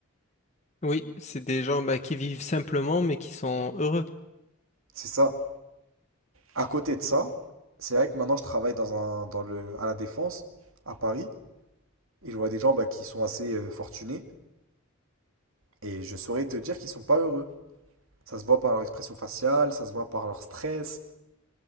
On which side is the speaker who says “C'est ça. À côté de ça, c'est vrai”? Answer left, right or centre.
Right